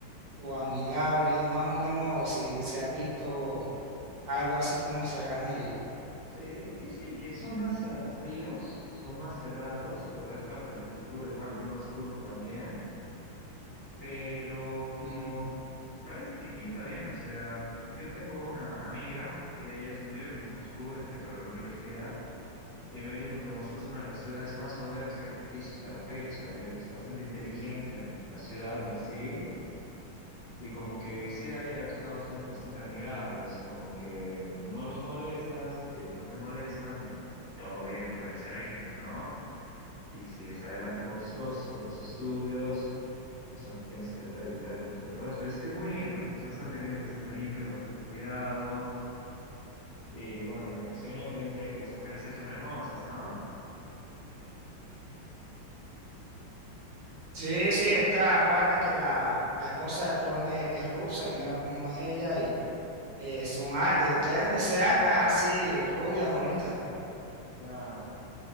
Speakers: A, on the right (about 70°); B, on the left (about 45°).
A: o amigables? Más o menos si, si has visto algo así como serán ellos.
B: Sí, dicen que son más ah, fríos, son más cerrados, pero es parte de la cultura y bueno, no los culpo también, pero
A: Ujú.
B: parece que pinta bien, o sea, yo tengo una amiga que ella ya estudió en Moscú, este, para la universidad. Y me dijo que Moscú es una de las ciudades más modernas que ha visto hasta la fecha. Es bastante inteligente en la ciudad en sí. Y como que sí, a ella le ha tocado gente bastante amigable. Es como que no los molestas, ellos no te molestan y ya todo bien, todo excelente, ¿no? Y sigues adelante con tus cosas, con tus estudios. Eso tienes que tratar de evitar de meterte en problemas. Pero es que es muy lindo. Es bastante lindo, es bastante limpio, bastante cuidado. Y bueno, me mencionó también por ahí que las mujeres sí son hermosas, ¿no?
A: Sí, sí, está, acuérdate que la, la esposa de Tron es, es rusa y mira cómo es ella Eh, son al- eh, deben de ser altas así, rubias, bonitas.
B: Claro.